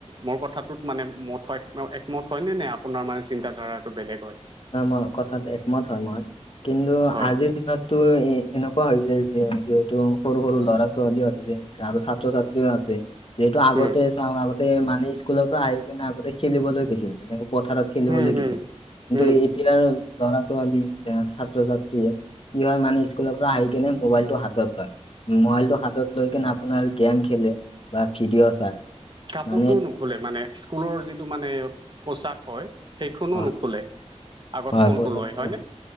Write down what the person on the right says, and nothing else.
মোৰ কথাটোত মানে মত হয় একমত হয় নে? নে আপোনাৰ মানে চিন্তাধাৰাটো বেলেগ হয়?
হয়
উম,
হম, হম,
উম।
কাপোৰটোও
নোখোলে, মানে স্কুলৰ যিটো মানে পোচাক হয় সেইখনো
নোখোলে আগত
ফোনটো
লয় হয়নে?